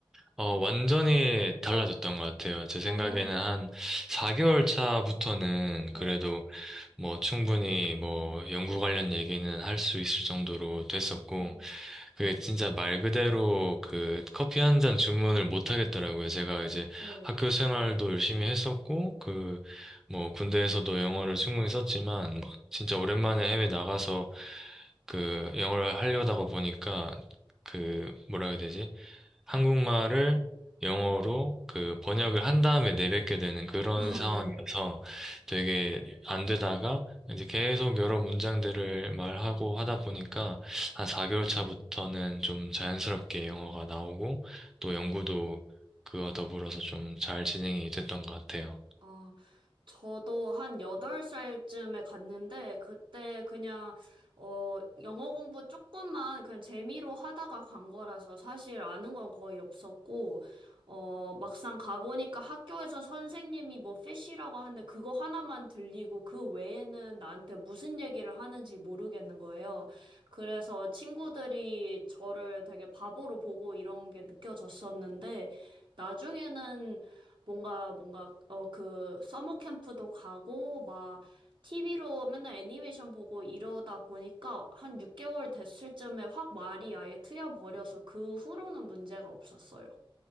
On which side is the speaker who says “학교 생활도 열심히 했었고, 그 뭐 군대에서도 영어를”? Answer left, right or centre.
Centre